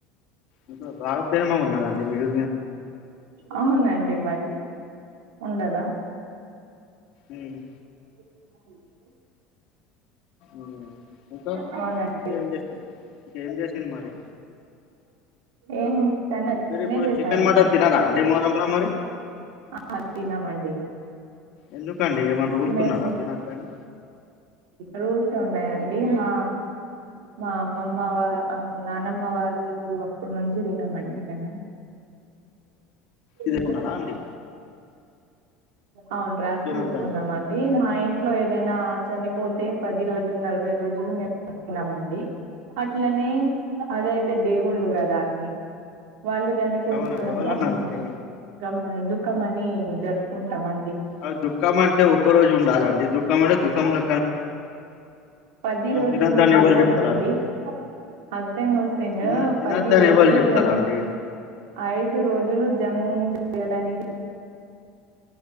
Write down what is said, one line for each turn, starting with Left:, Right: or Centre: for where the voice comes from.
Left: అబ్బో బాగా ప్రేమగ ఉన్నారండి మీరు
Right: అవునండి మరి ఉండదా
Left: ఉమ్మ్
Right: అ
Left: ఉమ్మ్ ఇంకా
Right: అవునండి
Left: ఏం చేసింది ఇంక ఎం చేసింది మరి
Right: ఎం చానా ఎక్కువనే
Left: మీరు ఇప్పుడు
Right: చేసారంండి
Left: చికెన్ మటన్ తినరా అండి మొహరంలో మరి
Right: ఆ తినమండి
Left: ఎందుకండి ఏమన్నా రూల్స్
Right: మేము
Left: ఉన్నాదా తినకని
Right: రూల్స్ ఉన్నాయంండి మా మా అమ్మమ్మ వా నాన్నమ్మ వాళ్ళు అప్పడునుంచి తినమండి మేము
Left: ఇదికున్నారా
Right: ఉమ్మ్
Left: అండి
Right: అవును రాసి
Left: తినొద్దని
Right: పెట్టుకున్నామండి మా ఇంట్లో ఏదైనా చని పోతే పది రోజులు నలభై రోజులు మేము తినమండి అట్లనే అద యితే దేవుళ్ళు కదండి వాళ్ళు చనిపోతే
Left: అవునా
Right: మేము
Left: ఎవరన్నారండి
Right: గమ్ గమ్ దుఃఖం అని జరుపుకుంటామం
Left: అ దుఃఖం అంటే ఒక్కరోజు ఉండాలండి దుఃఖం అంటే దుఖం ల
Right: పది రోజులు
Left: తినొద్దని
Right: మీకు తెలువదా
Left: ఎవలు చెప్తాలండి
Right: అండి హసేన్ హుస్సేన్
Left: తిన తినొద్దని
Right: పది రోజులు
Left: ఎవలు చెప్తాలండి
Right: జంగ్ ఐదు రోజులు జంగ్ చేయడానికి